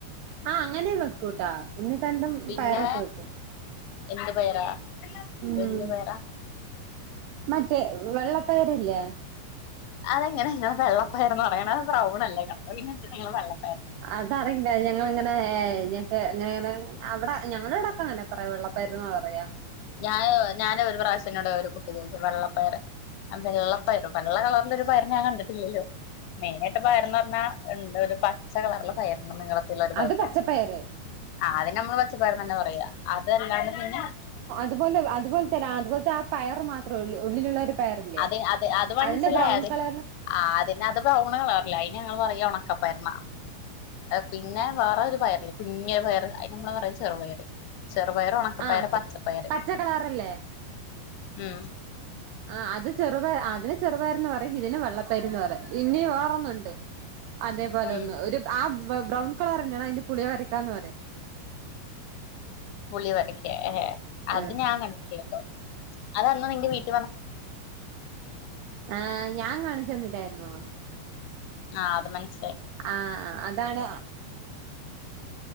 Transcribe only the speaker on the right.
ആ അങ്ങനെ വെക്കൂട്ടാ ഉണ്ണിത്തണ്ടും
പയറൊക്കെ വെക്കും
ഉം
മറ്റേ വെള്ളപ്പയറില്ലേ
അതറിയില്ല ഞങ്ങൾ അങ്ങനെ ന്നിട്ട് അങ്ങനെങ്ങനെ അവിടെ ഞങ്ങളടക്കെ അങ്ങനെ പറയാംവെള്ള- വരുന്ന പറയാം
അത് പച്ചപ്പയറ്
അതുപോലെ അതുപോലെ തന്നെ അതുപോലത്തെ ആ പയർ മാത്രമ ഉള്ളൂ ഉള്ളിലുള്ള ഒരു പയറില്ലേ
അതിന്റെ ബ്രൗൺ
കളറില്
ആഹ്
പച്ച കളറല്ലേ
ആ അത് ചെറുപ അതിന് ചെറുപയർന്ന് പറയും ഇതിനെ വെള്ളപ്പയ്ര്ന്ന് പറയും ഇനി വേറൊന്നുണ്ട് അതേപോലെ
ഒന്ന് ഒരു ആ ബ്രൗൺ കളറെന്നേണ് അയ്നെ പുളിയവരക്കാന്ന് പറയും
ആഹ്
ആഹ ഞാൻ കാണിച്ചന്നില്ലായിരുന്നോ
ആഹ അഹ് അതാണ്